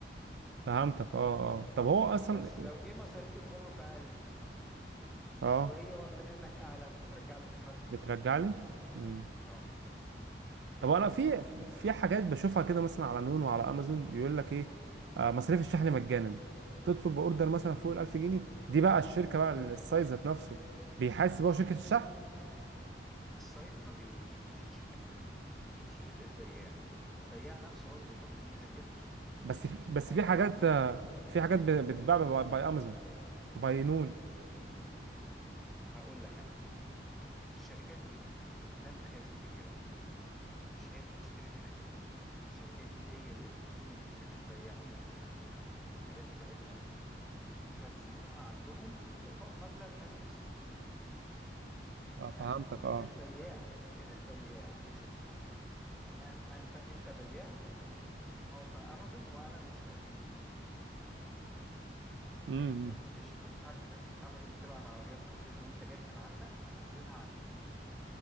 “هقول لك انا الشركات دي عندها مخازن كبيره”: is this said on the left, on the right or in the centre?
Centre